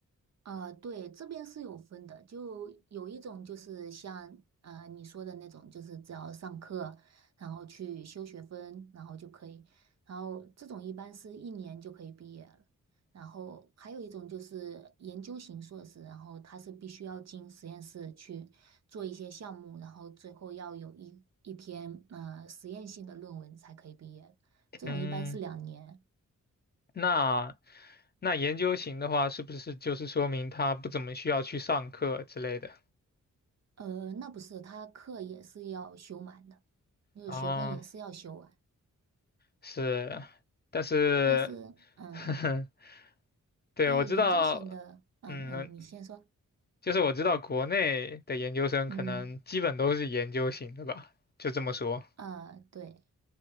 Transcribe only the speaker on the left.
嗯，那那研究型的话，是不是就是说明他不怎么需要去上课之类的
啊？是，但是，
<laughs>
呵呵，对，
我知道，
嗯，
就是我知道国内的研究生可能基本都是研究型的吧，
就这么说。